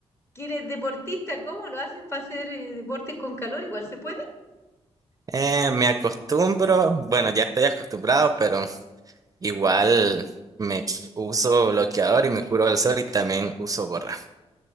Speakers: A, on the left (about 25°); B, on the right (about 35°).
A: que eres deportista? ¿Cómo lo haces para hacer eh, deporte con calor? ¿Igual se puede?
B: Eh, me acostumbro, bueno, ya estoy acostumbrado, pero igual me uso bloqueador y me curo del sol y también uso gorra,